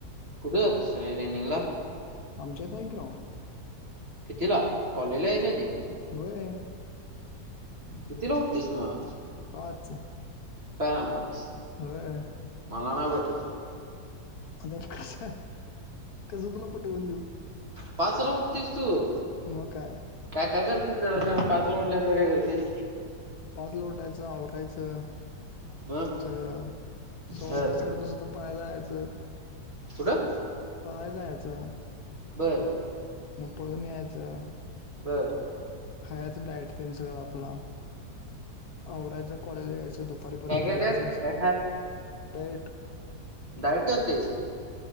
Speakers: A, on the right; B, on the left.
A: कुठ जातोईस तू रनिंगला
B: आमच्या इथ हाय की ग्राउंड
A: कितीला कॉलेजला यायच्या आधी
B: होय
A: कितीला उठतोईस मग
B: पाच
A: काय सांगालाईस
B: होय
A: मला नाही पटत
B: आता कस तुला पटवून देऊ
A: पाचला उठतीस तू?
B: मग काय
A: काय काय करतेस जरा सांग? पाचला उठल्यानंतर काय करतेस?
B: पाच ल उठायचं आवरायचं
A: मग
B: सगळं. सव्वा
A: बर
B: पाच साडेपाच होतात. पळाय जायचं.
A: कुठं
B: पळायजायचं.
A: बर
B: मग पळून यायचं.
A: बर.
B: खायचं डाईट तेन सगळं आपला. आवरायचं कॉलेज यायचं दुप पारी परत
A: काय काय
B: घरलायचं.
A: काय काय
B: डायट
A: डाईट करतेस?